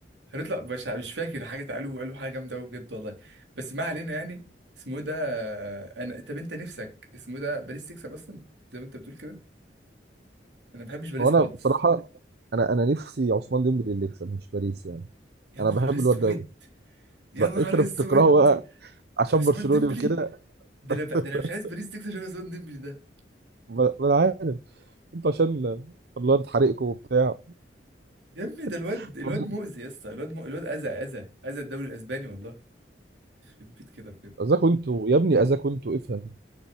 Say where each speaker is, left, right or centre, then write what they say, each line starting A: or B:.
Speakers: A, on the right (about 80°); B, on the right (about 60°).
A: هنطلع مش مش فاكر حاجة قالوا قالوا حاجة جامدة قوي بجد والله بس ما علينا يعني اسمه إيه ده آه، انا طب انت نفسك اسمه إيه ده باريس تكسب اصلا زي ما انت بتقول كده انا ما بحبش باريس
B: هو انا
A: خالص
B: بصراحه انا انا نفسي عثمان ديمبلي اللي يكسب مش باريس يعني
A: يا
B: انا
A: نهار
B: بحب
A: اسود
B: الواد ده قوي
A: يا نهار
B: انت اللي
A: اسود
B: بتكرهه بقى عشان
A: عثمان
B: برشلوني
A: ديمبلي
B: وكده
A: ده انا ده
B: <laughs>
A: انا مش عايز باريس تكسب عشان عثمان ديمبلي
B: ما ما انا عارف انتوا عشان الواد حريقكم وبتاع
A: يا ابني ده الواد
B: <laughs>
A: الواد مؤذي يا اسطى الواد مؤ... الواد اذى اذى اذى الدوري الاسباني والله يخرب بيت كده بجد
B: اذاكوا انتوا يا ابني اذاكوا انتوا افهم